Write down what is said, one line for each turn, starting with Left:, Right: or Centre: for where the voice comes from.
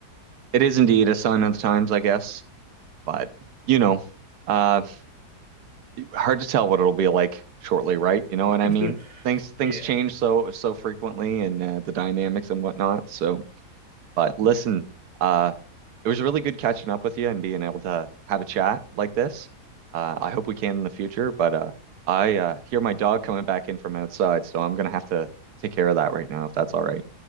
Right: it is indeed a sign of the times, I guess. But, you know, uh hard to tell what it'll be like shortly, right? You know
Left: <laughs>
Right: what I mean? Things things
Left: Yeah.
Right: change so so frequently and uh, the dynamics and whatnot. So, but listen,
Left: Yeah.
Right: uh, it was really good catching up with you and being able to have a chat like this. Uh, I hope we can in the future, but uh, I uh, hear my dog coming back in from outside, so I'm gonna have to take care of that right now if that's all right.